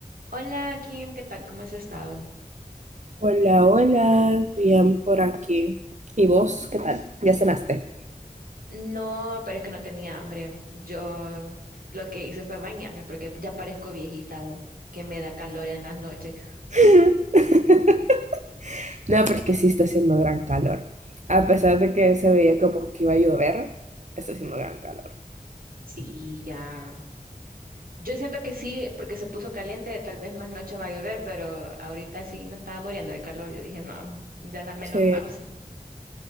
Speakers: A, on the right; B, on the right.
A: Hola Kim, ¿qué tal? ¿Cómo has estado?
B: Hola, hola, bien por aquí. ¿Y vos qué tal? ¿Ya cenaste?
A: No, pero es que no tenía hambre. Yo lo que hice fue bañarme porque ya parezco viejita, que me da calor en las noches.
B: <laughs> No, pero es que sí está haciendo gran calor. A pesar de que se veía como que iba a llover, está haciendo gran calor.
A: Sí, ya. Yo siento que sí, porque se puso caliente, tal vez más noche va a llover, pero ahorita sí me estaba muriendo del calor. Yo dije, no, ya la menopausia.
B: Sí,